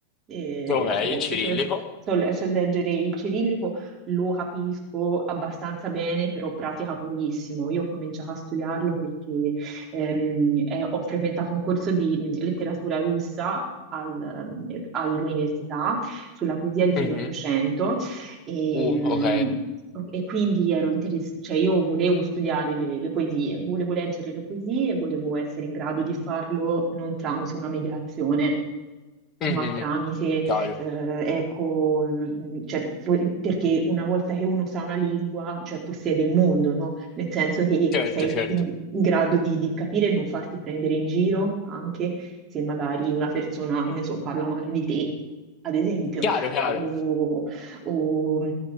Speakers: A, on the right; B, on the left.
A: eh,
B: Ok,
A: so,
B: il cirillico.
A: so- so le- so leggere il cirillico, lo capisco abbastanza bene, però pratica pochissimo. Io ho cominciato a studiarlo perché ehm, eh, ho frequentato un corso di mm, letteratura russa al- mm, all'università sulla poesia di fine
B: Mhm.
A: Ottocento e,
B: Uh,
A: mh,
B: ok.
A: e quindi ero interess- cioè io volevo studiare le, le poesie, volevo leggere le poesie e volevo essere in grado di farlo non tramite una mediazione ma
B: Mhm.
A: tramite,
B: Chiaro.
A: eh, ecco, mh, cioè, po- perché una volta che uno sa una lingua, cioè possiedi il mondo, no? Nel senso che
B: Certo,
A: sei
B: certo.
A: in, in grado di, di capire e non farti prendere in giro anche, se magari una persona, che ne so, parla male di te, ad esempio,
B: Chiaro, chiaro.
A: o, o-